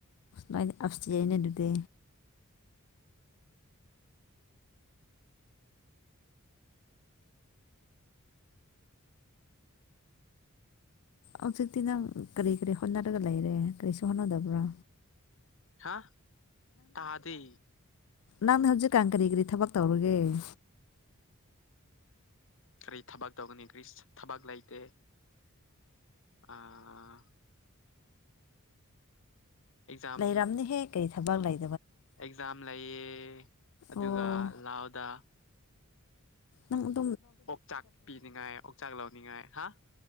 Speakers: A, on the left; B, on the left.
A: ꯃꯥꯏ ꯑꯞꯇ ꯌꯥꯏꯅ ꯑꯗꯨꯗ ꯍꯧꯖꯤꯛꯇꯤ ꯅꯪ ꯀꯔꯤ ꯀꯔꯤ ꯍꯣꯠꯅꯔꯒ ꯂꯩꯔꯦ ꯀꯔꯤꯁꯨ ꯍꯣꯠꯅꯗꯕ꯭ꯔꯥ
B: ꯍꯥ ꯇꯍꯗꯤ
A: ꯅꯪꯅ ꯍꯧꯖꯤꯛꯀꯥꯟ ꯀꯔꯤ ꯀꯔꯤ ꯊꯕꯛ ꯇꯧꯔꯒꯦ
B: ꯀꯔꯤ ꯊꯕꯛ ꯇꯧꯒꯅꯤ ꯒ꯭ꯔꯤꯁ ꯊꯕꯛ ꯂꯩꯇꯦ ꯑꯥ ꯑꯦꯛꯖꯥꯝ
A: ꯂꯩꯔꯝꯅꯤ ꯍꯦ ꯀꯩ ꯊꯕꯥꯡ ꯂꯥꯏ
B: ꯑꯦꯛꯖꯥꯝ ꯂꯩꯌꯦ ꯑꯗꯨꯒ
A: ꯑꯣ
B: ꯂꯑꯣꯗ
A: ꯎꯝ
B: ꯑꯣꯛꯆꯥꯛ ꯄꯤꯅꯤꯡꯉꯥꯏ ꯑꯣꯛꯆꯥꯛ ꯂꯧꯅꯤꯡꯉꯥꯏ ꯍꯥ